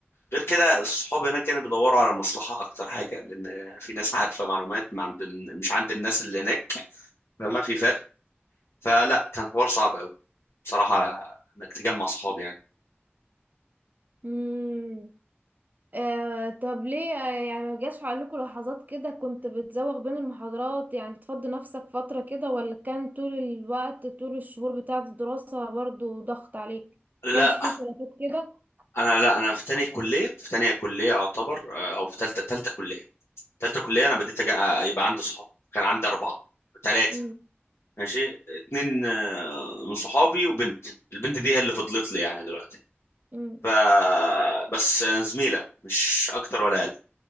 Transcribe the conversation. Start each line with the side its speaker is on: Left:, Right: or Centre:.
Left: غير كده الصحاب هناك كانوا بيدوروا على المصلحة أكتر حاجة لأن في ناس عارفة معلومات ما عند مش عند الناس اللي هناك فما في فرق فلا كان حوار صعب أوي بصراحة على إنك تجمع صحاب يعني
Right: مم. آه طب ليه آه، يعني ما جاش عليكم لحظات كده كنت بتزوغ بين المحاضرات يعني بتفضي نفسك فترة كده ولا كان طول الوقت طول الشهور بتاعة الدراسة برضو ضغط عليك
Left: لا
Right: كانش فيه فلاتات كده
Left: أنا لا أنا في تانية كلية في تانية كلية أعتبر آه، أو في تالتة تالتة كلية تالتة كلية أنا بديت أج- آه، يبقى عندي صحاب كان عندي أربعة تلاتة
Right: مم.
Left: ماشي اتنين آه، من صحابي وبنت البنت دي هي اللي فضلت لي يعني دلوقتي
Right: مم.
Left: ف بس آه، زميلة مش أكتر ولا أقل